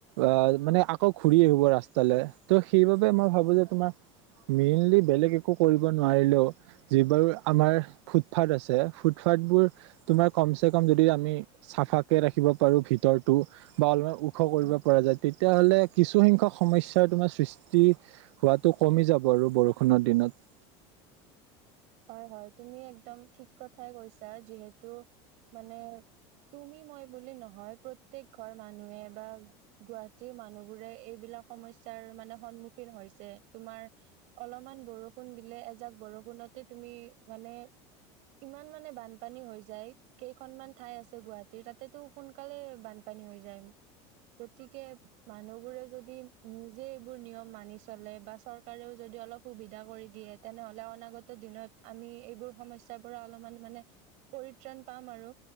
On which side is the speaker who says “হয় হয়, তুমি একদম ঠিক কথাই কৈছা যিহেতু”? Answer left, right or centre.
Right